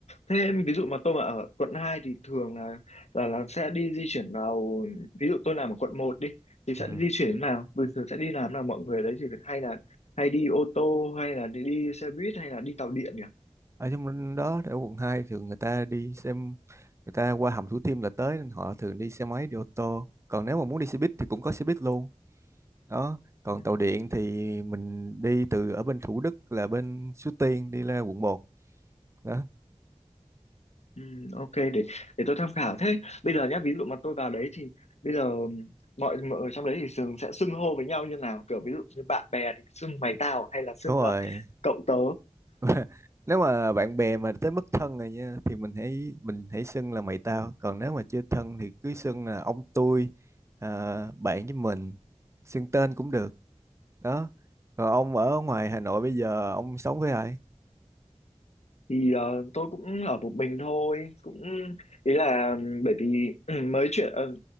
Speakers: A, on the left (about 65°); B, on the right (about 25°).
A: Thế em ví dụ mà tôi mà ở quận 2 thì thường là là là sẽ đi di chuyển vào ví dụ tôi làm ở quận một đi thì sẽ
B: Ừ.
A: di chuyển thế nào bình thường sẽ đi làm nào mọi người đấy thì hay là hay đi ô tô hay là đi, đi xe buýt hay là đi tàu điện nhỉ
B: ở trong đó ở quận 2 thường người ta đi xem người ta qua hầm Thủ Thiêm là tới nên họ thường đi xe máy đi ô tô còn nếu mà muốn đi xe buýt thì cũng có xe buýt luôn đó còn
A: ừ.
B: tàu điện thì mình đi từ ở bên Thủ Đức là bên Suối Tiên đi ra quận một. đó
A: Ừ, ok để để tôi tham khảo thế bây giờ nhá ví dụ mà tôi vào đấy thì bây giờ mọi mọi người trong đấy thì thường sẽ xưng hô với nhau như nào kiểu ví dụ như bạn bè thì xưng mày tao hay là xưng
B: đúng rồi
A: ờ, cậu tớ
B: <laughs> nếu mà bạn bè mà tới mức thân rồi nha thì mình hãy mình hãy xưng là mày tao còn nếu mà chưa thân thì cứ xưng là ông tôi à, bạn với mình xưng tên cũng được đó rồi ông ở ngoài Hà Nội bây giờ ông sống với ai
A: thì ờ, tôi cũng ở một mình thôi cũng ý là bởi vì ừm, mới chuyển ờ,